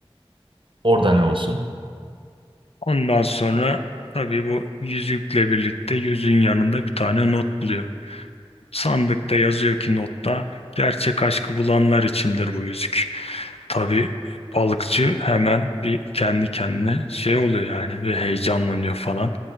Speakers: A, on the right; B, on the left.
A: Orada ne olsun?
B: Ondan sonra tabii bu yüzükle birlikte yüzüğün yanında bir tane not buluyor. Sandıkta yazıyor ki notta gerçek aşkı bulanlar içindir bu yüzük. Tabii balıkçı hemen bir kendi kendine şey oluyor yani ve heyecanlanıyor falan.